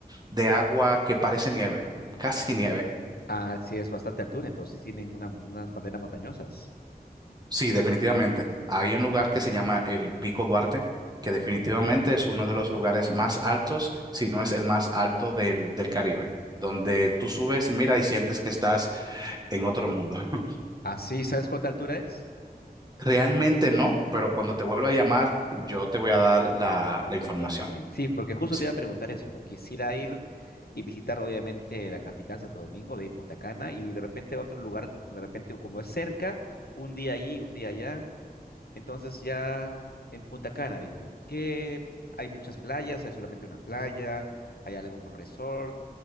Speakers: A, on the right; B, on the left.
A: de agua que parece nieve, casi nieve.
B: Ah, sí, es bastante altura, entonces tienen una, unas cadenas montañosas.
A: Sí, definitivamente. Hay un lugar que se llama el Pico Duarte, que definitivamente es uno de los lugares más altos, si no es el más alto del, del Caribe, donde tú subes, mira y sientes que estás en otro mundo. <laughs>
B: Ah, sí, ¿sabes cuánta altura es?
A: Realmente no, pero cuando te vuelva a llamar, yo te voy a dar la,
B: Mm,
A: la
B: Muy
A: información.
B: bien, muy bien. Sí, porque justo
A: Sí.
B: te iba a preguntar eso, ¿no? Quisiera ir y visitar, obviamente, la capital, Santo Domingo, de ahí Punta Cana, y de repente otro lugar, de repente, como es cerca, un día ahí, un día allá. Entonces ya en Punta Cana, dime, ¿qué hay muchas playas? ¿Hay solamente una playa? ¿Hay algún resort?